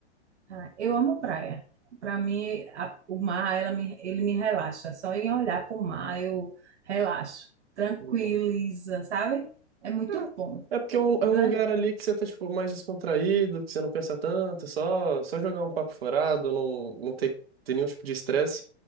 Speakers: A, on the right (about 75°); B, on the right (about 60°).
A: Ah, eu amo praia. Para mim, a- o mar, ela me- ele me relaxa. Só em olhar para o mar eu relaxo, tranquiliza,
B: Uhum.
A: sabe? É muito
B: É
A: bom,
B: é porque é um, é um
A: né?
B: lugar ali que você tá, tipo, mais descontraído, que você não pensa tanto, só só jogar um papo furado, não, não ter, ter nenhum tipo de estresse.